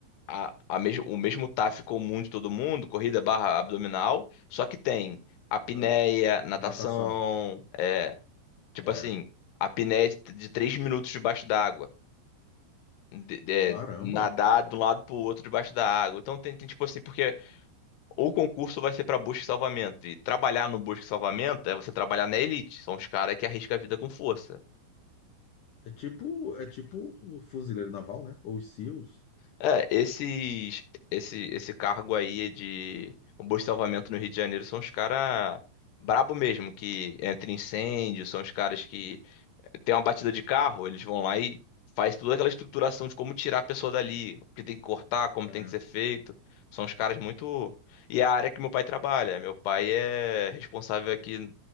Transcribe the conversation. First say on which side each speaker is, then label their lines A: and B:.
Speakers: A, on the left; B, on the left.
A: a, a mesmo, o mesmo TAF comum de todo mundo, corrida barra abdominal, só que tem apneia,
B: É.
A: natação,
B: Natação.
A: é, Tipo
B: É.
A: assim, a apneia de, de três minutos debaixo d'água. De, de-
B: Caramba.
A: é, nadar de um lado pro outro debaixo da água. Então tem, tem, tipo assim, porque o concurso vai ser pra busca e salvamento. E trabalhar no busca e salvamento é você trabalhar na elite. São os caras que arriscam a vida com força.
B: É tipo, é tipo o fuzileiro naval, né? Ou os SEALs.
A: É, esses, esse, esse cargo aí de o busca e salvamento no Rio de Janeiro são os caras brabo mesmo, que entra em incêndio, são os caras que tem uma batida de carro, eles vão lá e faz toda aquela estruturação de como tirar a pessoa dali, o que tem que cortar, como
B: É.
A: tem que ser feito. São os caras muito. E é a área que meu pai trabalha. Meu pai é responsável aqui